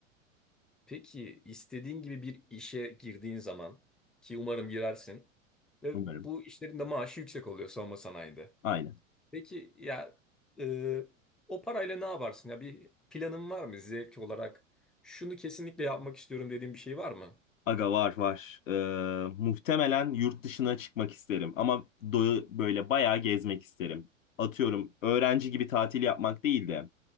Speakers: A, in the centre; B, on the left.
A: Peki istediğin gibi bir işe girdiğin zaman ki umarım girersin ve
B: Umarım.
A: bu işlerin de maaşı yüksek oluyor savunma sanayide.
B: Aynen.
A: Peki ya e, o parayla ne yaparsın? Ya bir planın var mı zevk olarak? Şunu kesinlikle yapmak istiyorum dediğin bir şey var mı?
B: Aga var var. Ee, muhtemelen yurt dışına çıkmak isterim ama do böyle bayağı gezmek isterim. Atıyorum öğrenci gibi tatil yapmak değil de